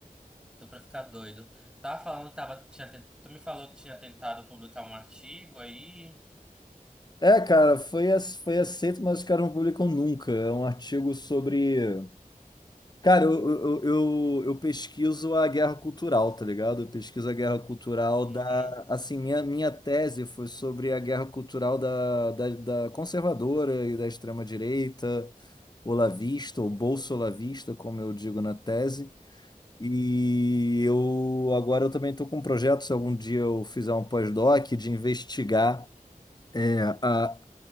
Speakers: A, in the centre; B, on the left.
A: Tô pra ficar doido. Tava falando, que tava, tinha tent... tu me falou que tinha tentado publicar um artigo aí.
B: É, cara, foi, ace- foi aceito, mas os caras não publicam nunca. É um artigo sobre. Cara, eu, eu, eu, eu pesquiso a guerra cultural, tá ligado? Eu pesquiso a guerra cultural
A: Uhum.
B: da. Assim, minha, minha tese foi sobre a guerra cultural da, da, da conservadora e da extrema-direita, olavista, ou bolsolavista, como eu digo na tese. E eu agora eu também estou com um projeto, se algum dia eu fizer um pós-doc, de investigar é, a,